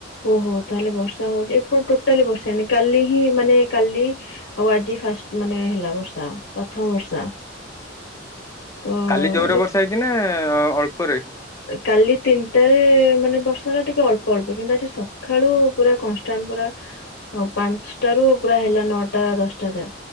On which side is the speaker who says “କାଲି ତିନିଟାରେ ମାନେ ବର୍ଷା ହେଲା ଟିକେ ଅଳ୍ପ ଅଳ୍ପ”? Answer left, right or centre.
Left